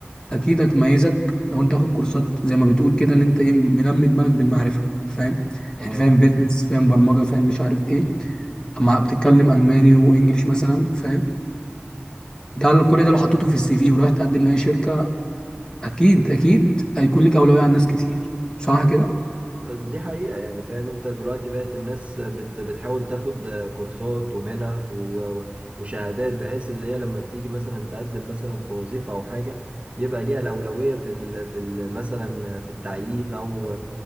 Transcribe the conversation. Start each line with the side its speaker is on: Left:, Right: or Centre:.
Left: اكيد هتميزك لو انت واخد كورسات زي ما بتقول كده اللي انت ايه منمي دماغك بالمعرفه فاهم
Right: اه
Left: يعني فاهم بيزنس فاهم برمجه فاهم مش عارف ايه مع بتتكلم الماني وانجليش مثلا فاهم ده ال- كل ده لو حطيته في السي في ورايح تقدم لاي شركه اكيد اكيد هيكون لك اولويه عن ناس كتير صح كده
Right: دي حقيقة يعني فاهم انت دلوقتي بقت الناس بت بتحاول تاخد كورسات ومنح و- وشهادات بحيث اللي هي لما بتيجي مثلا تقدم مثلا في وظيفة او حاجة يبقى ليها الأولوية في ال في ال مثلا في التعيين او